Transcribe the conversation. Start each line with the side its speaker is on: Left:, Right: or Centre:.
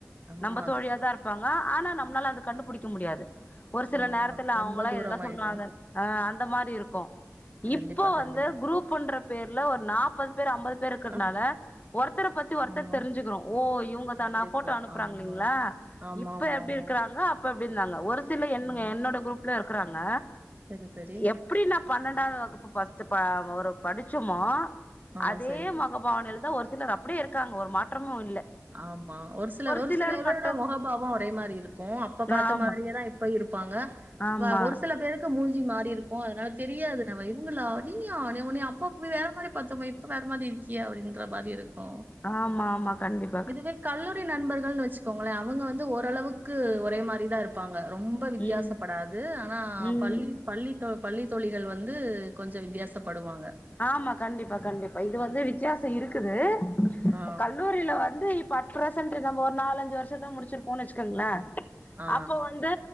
Right: ஆமா
Left: நம்ப தோழியாதா இருப்பாங்க ஆனா நம்மளால அத கண்டுபிடிக்க முடியாது ஒரு சில
Right: ஆமா
Left: நேரத்துல
Right: ரொம்ப
Left: அவுங்களா
Right: தூரமாயிட்டோம்.
Left: எதுனா சொல்லுவாங்க ஆ அந்த மாரி இருக்கு
Right: கண்டிப்பா,
Left: இப் போ
Right: கண்டிப்பா.
Left: வந்து குரூப் என்ற பேர்ல ஒரு நாப்பது பேர் அம்பது பேர் இருக்கறதுனால
Right: ஆ.
Left: ஒருத் தர பத்தி ஒருத்தர்
Right: ஆமா,
Left: தெரிஞ்சுக்கிறோ ஓ இவங்க தானா
Right: கண்டிப்பா.
Left: ஃபோட்டோ அனுப்புறாங்கல்லிங்களா
Right: ஆமா. ஆமாமாமா.
Left: இப்ப எப்டி இருக்கிறாங்க அப் ப எப்டி இருந்தாங்க ஒரு சில என்ன
Right: ம்.
Left: என்னோட குரூப்ல இருக்கிறாங்க
Right: சரி, சரி.
Left: எப்டி நா பன்னெண்டாவது வகுப்பு பஸ்ட்டு ப ஒரு படிச்சோமோ
Right: ஆ
Left: அதே
Right: சரி, சரி.
Left: முகபாவனையில தா ஒரு சிலர் அப்டியே இருக்காங்க ஒரு மாற்றமு இல்ல
Right: ஆமா ஒரு சில ஒரு
Left: சிலர்
Right: சில பேரோட
Left: மட்டும்
Right: முகபாவ ஒரே மாரி இருக்கு அப்ப பாத்த
Left: ஆமா
Right: மாதிரியேதா இப் ப இருப்பாங்க
Left: ஆமா
Right: ப ஒரு சில பேருக் கு மூஞ்சி மாறிருக்கு அதனால தெரியாது நம்ம இவுங்களா நீயா நா உன்னைய அப்ப வேற மாரி பாத்தோமே இப்ப வேற மாரி இருக்கியே அப்டின்ற மாரி இருக்கும்
Left: ஆமா ஆமா கண்டிப்
Right: இதுவே கல்லூரி நண்பர்கள்னு வச்சுக்கோங்களேன் அவுங்க வந்து ஓரளவுக்கு ஒரே மாரிதா இருப்பாங்க ரொம்ப ரொம்ப வித்தியாசப்படாது
Left: ம்
Right: ஆனா
Left: ம்
Right: பள்ளி பள்ளி தோ பள்ளி தோழிகள் வந்து கொஞ்ச வித்தியாசப்படுவாங்க
Left: ஆமா கண்டிப்பா கண்டிப்பா இது வந்து வித்தியாச இருக்குது
Right: ஆ,
Left: கல்லூரில வந்து இப்ப அட் பிரசன்ட் நம்ம ஒரு நாலஞ்சு வருஷத்துக்கு முடிச்சிருப்போ வச்சுக்கோங்களன்
Right: ஆ, ஆ.
Left: அப்ப வந்து